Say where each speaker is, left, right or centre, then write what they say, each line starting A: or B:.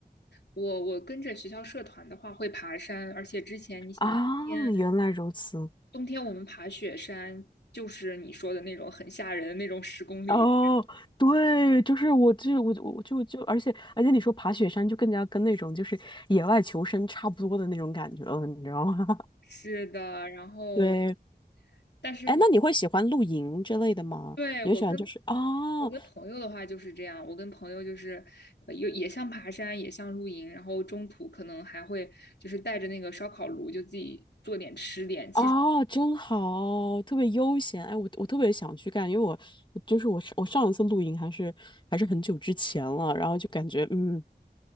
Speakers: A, on the left (about 80°); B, on the left (about 25°).
A: 我我跟着学校社团的话会爬山，而且之前你想，
B: 啊，
A: 冬天
B: 原来如此。
A: 冬天我们爬雪山，就是你说的那种很吓人的那种十公里。
B: 哦，对，就是我就我就我就就，而且而且你说爬雪山就更加跟那种就是野外求生差不多的那种感觉了，你知道吗？
A: 是的，然后
B: <laughs> 对，
A: 但是我
B: 哎，那你会喜欢露营之类的吗？
A: 对我跟
B: 你会喜欢就是啊
A: 我跟朋友的话就是这样，我跟朋友就是呃又也像爬山，也像露营，然后中途可能还会就是带着那个烧烤炉，就自己做点吃点。其实
B: 啊，真好，特别悠闲。哎，我我特别想去干，因为我就是我我上一次露营还是还是很久之前了，然后就感觉嗯，